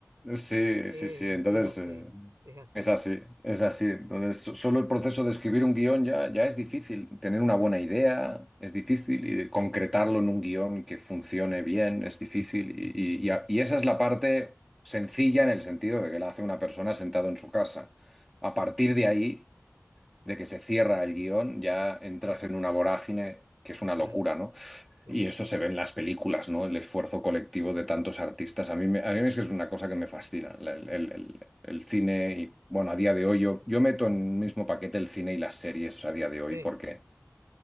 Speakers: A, in the centre; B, on the right (about 85°).
A: Sí,
B: Eh,
A: sí, sí. Entonces,
B: es así,
A: eh,
B: es así.
A: es así, es así. Entonces, so- solo el proceso de escribir un guión ya, ya es difícil. Tener una buena idea es difícil y de concretarlo en un guión que funcione bien es difícil. Y, y- y a- y esa es la parte sencilla en el sentido de que la hace una persona sentado en su casa. A partir de ahí, de que se cierra el guión, ya entras en una vorágine que es una
B: Claro,
A: locura, ¿no?
B: claro.
A: Y eso se ve en las películas, ¿no? El esfuerzo colectivo de tantos artistas. A mí, me- a mí es que es una cosa que me fascina, la- el, el- el- el cine y, bueno, a día de hoy yo, yo meto en el mismo paquete el cine y las series a día de hoy
B: Sí,
A: porque,